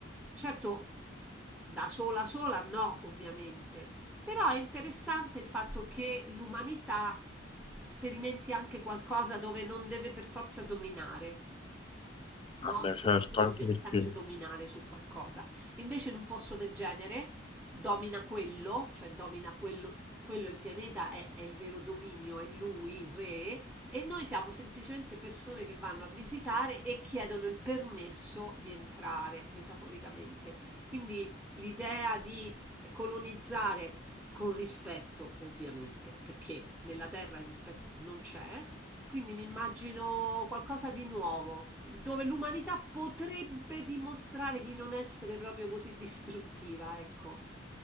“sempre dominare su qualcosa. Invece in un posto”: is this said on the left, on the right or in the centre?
Centre